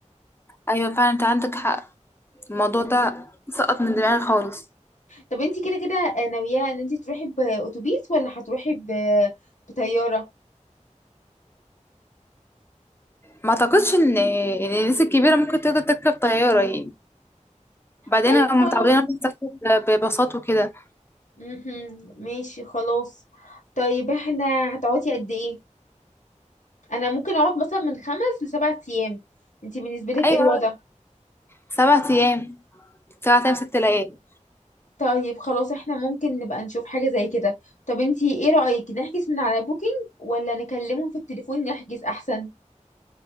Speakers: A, on the left; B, on the left.
A: ايوه فعلا انت عندك حق الموضوع ده سقط من دماغي خالص
B: طب انت كده كده آه، ناوية ان انت تروحي بأتوبيس ولا هتروحي ب... بطيارة
A: ما اعتقدش ان ان الناس الكبيره ممكن تقدر تركب طياره يعني وبعدين
B: طيب
A: هم
B: خلاص
A: متعودين انهم يسافروا بباصات وكده
B: مهم. ماشي خلاص طيب احنا هتقعدي قد ايه انا ممكن اقعد مثلا من خمس لسبع ايام انتي بالنسبه لك
A: ايوه
B: ايه الوضع
A: سبع ايام سبع ايام ست ليالي
B: طيب خلاص احنا ممكن نبقى نشوف حاجه زي كده طب انتي ايه رايك نحجز من على بوكينج ولا نكلمهم في التليفون نحجز احسن